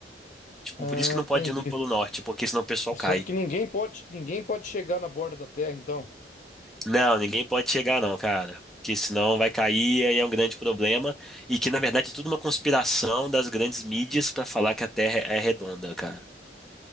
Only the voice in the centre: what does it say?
Tipo,
por isso que não
pode ir no Polo Norte, porque senão o pessoal
cai.
Não, ninguém pode chegar não, cara. Porque senão vai cair e é um grande problema. E que, na verdade, é tudo uma conspiração das grandes mídias pra falar que a Terra é redonda, cara.